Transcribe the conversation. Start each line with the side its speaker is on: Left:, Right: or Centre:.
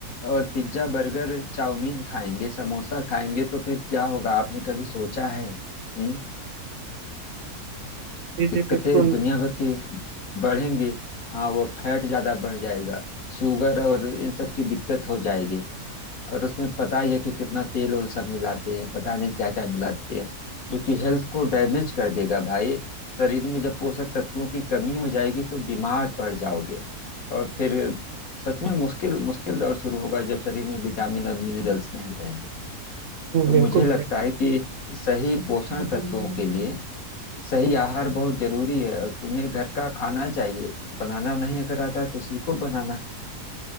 Left: और पिज्जा बर्गर चाउमीन खाएंगे समोसा खाएंगे तो फिर क्या होगा आपने कभी सोचा है हम्म
Right: जी
Left: दिक्कतें
Right: जी बिल्कुल
Left: दुनिया भर की बढ़ेंगी हाँ वो फैट ज्यादा बढ़ जाएगा शुगर और इन सब की दिक्कत हो जाएगी और उसमें पता ही है कि कितना तेल और सब मिलाते हैं पता नहीं क्या क्या मिलाते हैं जो कि हेल्थ को डैमेज कर देगा भाई शरीर में जब पोषक तत्वों की कमी हो जाएगी तो बीमार पड़ जाओगे और फिर सच में मुश्किल मुश्किल दौर शुरू होगा जब शरीर में विटामिन और मिनरल्स नहीं रहेंगे
Right: बिल्कुल
Left: तो मुझे लगता है कि सही पोषण
Right: सही
Left: तत्वों के लिए सही आहार बहुत जरूरी है और तुम्हें घर का खाना चाहिए बनाना नहीं अगर आता है तो सीखो बनाना